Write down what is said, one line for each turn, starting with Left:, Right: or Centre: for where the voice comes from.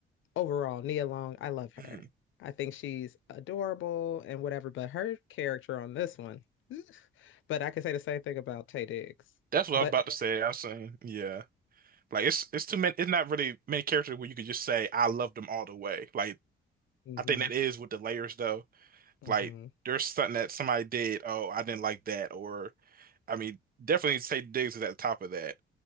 Left: overall nia long i love her
Right: Mhm.
Left: i think she's adorable and whatever but her character on this one but i can say the same thing about tay diggs
Right: That's what
Left: but
Right: I was about to say. I was saying, yeah. Like it's it's too many it's not really many characters where you could just say I love them all the way. Like
Left: mm-hmm,
Right: I think that is with the layers though.
Left: mm-hmm.
Right: Like there's something that somebody did, oh, I didn't like that or I mean, definitely say Diggs is at the top of that.